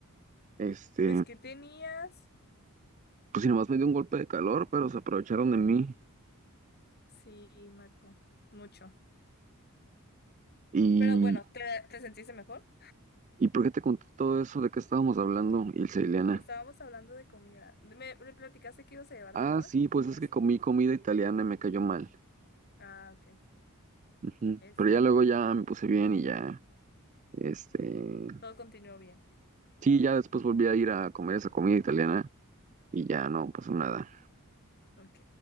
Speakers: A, on the right; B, on the left.
A: Este,
B: Pues que tenías,
A: pues si nomás me dio un golpe de calor, pero se aprovecharon de mí.
B: sí, Marco, mucho.
A: ¿Y,
B: Pero bueno, ¿te, te sentiste mejor?
A: y por qué te conté todo eso? ¿De qué estábamos hablando, Ilse y Liliana?
B: Estábamos hablando de comida. Me, me platicaste que ibas a llevar
A: Ah,
B: de lunch.
A: sí, pues es
B: Este,
A: que comí comida italiana y me cayó mal.
B: ah, ok.
A: Ujú.
B: Este,
A: Pero ya luego ya me puse bien y ya, este,
B: todo continuó bien.
A: sí, ya después volví a ir a comer esa comida italiana y ya no pasó nada.
B: Ok.